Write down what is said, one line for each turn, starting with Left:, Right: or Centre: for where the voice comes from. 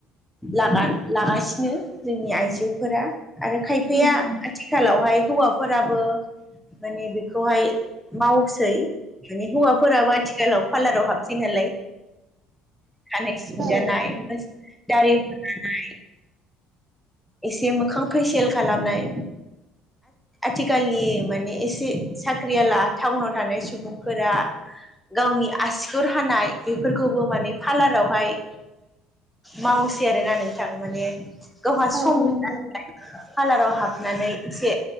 Centre: लागा लागासिनो जोंनि आइजोफोरा आरो खायफाया
Right: उम उम
Centre: आथिखालावहाय हौवाफोराबो माने बेखौहाय मावसै माने हौवाफोराबो आथिखालाव पार्लाराव हाबसै नालाय खानाय सिनजानाय
Right: औ औ
Centre: दारि हनाय एसे मोखां फैसेल खालामनाय आथिखालनि माने एसे साख्रियाला टाउनाव थानाय सुबुंफोरा? गावनि आसिगुर हानाय बेफोरखौबो माने पार्लारावहाय मावसै आरोना नोंथां माने। गावहा सम
Right: औ
Centre: मोनाला
Right: नंगौ
Centre: नालाय पार्लाराव हाबनानै से